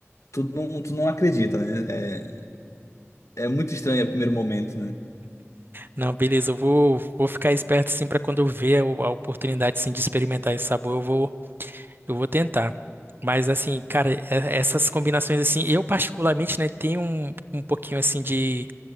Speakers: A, on the left; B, on the right.
A: tu não, tu não acredita, né? É, é muito estranho a primeiro momento, né?
B: Não, beleza, eu vou, vou ficar esperto sim pra quando eu ver a, a oportunidade sim, de experimentar esse sabor, eu vou, Eu vou tentar. Mas assim, cara, e- essas combinações assim, eu particularmente, né, tenho um, um pouquinho assim de,